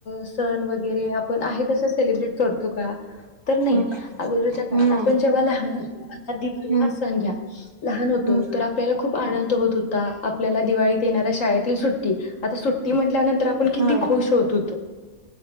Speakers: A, on the left; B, on the right.
A: सण वगैरे आपण आहे तस सेलिब्रेट करतो का? तर
B: हम्म
A: नाही अगोदरच्या काळात
B: हम्म
A: आपण जेव्हा लहान होत आ दिवाळी
B: हम्म
A: ह सण घ्या लहान होतो
B: हम्म
A: तर आपल्याला खूप आंनंद होत होता आपल्याला दिवाळीत येणाऱ्या शाळेतील सुट्टी आता सुट्टी म्ह आपनं किती
B: होय
A: खुश होत होतो